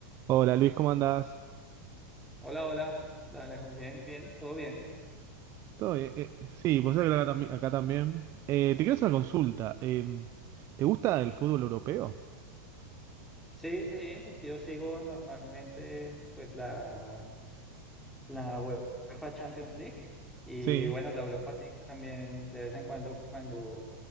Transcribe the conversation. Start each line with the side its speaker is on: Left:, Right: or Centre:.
Right: Hola Luis, ¿cómo andás?
Centre: Hola, hola, hola Alejo, bien, bien, todo bien.
Right: Todo bien. eh, sí, pues acá, tambi- acá también. Eh, te quiero hacer una consulta. em, ¿te gusta el fútbol europeo?
Centre: Sí, sí, yo sigo normalmente pues la, la UEFA Champions League y
Right: Sí.
Centre: bueno, la Europa League también de vez en cuando cuando